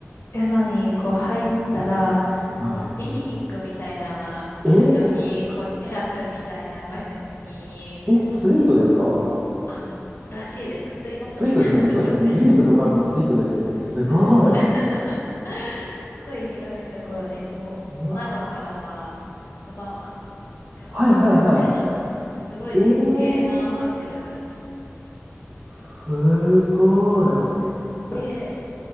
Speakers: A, on the left; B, on the right.
A: やのに、こう入ったら、
B: はい。
A: こうリビングみたいな場所に、
B: え、
A: こうテラスみたいな場所に、
B: え、スイートですか
A: あ、らしいです。スイートみたいなところ。
B: スイートですよね。そうですよね。リビングとかあるのスイートですよね。すごい。
A: ですです。<laughs> すっ
B: ね
A: ごい広いところで、こう、
B: えうわ
A: 窓からは、おばわんが見えるみたいな、
B: ー。はいはいは
A: うんすごい絶景なホテル
B: い。えー、すご
A: こ
B: い。
A: うで